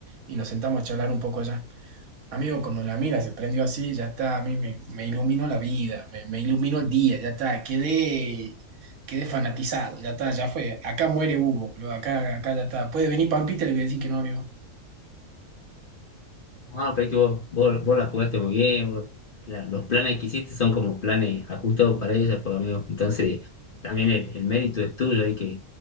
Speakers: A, on the right; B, on the left.
A: y nos sentamos a charlar un poco allá. Amigo, cuando la mina se prendió así, ya está, a mí me, me iluminó la vida, me, me iluminó el día, ya está, quedé, quedé fanatizado, ya está, ya fue. Acá muere Hugo, boludo, acá, acá ya está. Puede venir Pampita, le voy a decir que no, amigo.
B: Ah, pero es que vos, vos, vos la jugaste muy bien, vos- la- los planes que hiciste son como planes ajustados para ella, pues amigo. Entonces, también el, el mérito es tuyo ahí que,